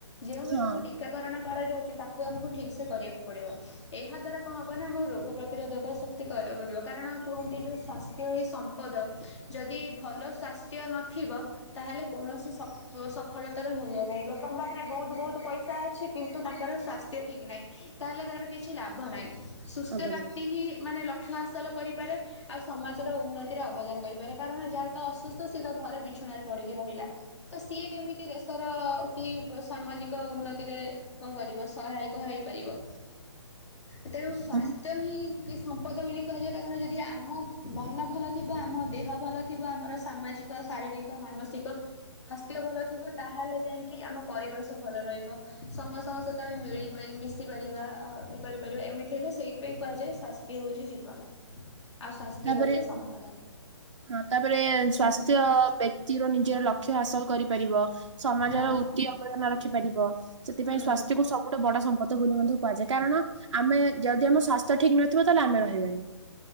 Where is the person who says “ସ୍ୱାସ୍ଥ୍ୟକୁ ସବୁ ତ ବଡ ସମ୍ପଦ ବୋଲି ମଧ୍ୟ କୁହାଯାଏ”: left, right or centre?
Right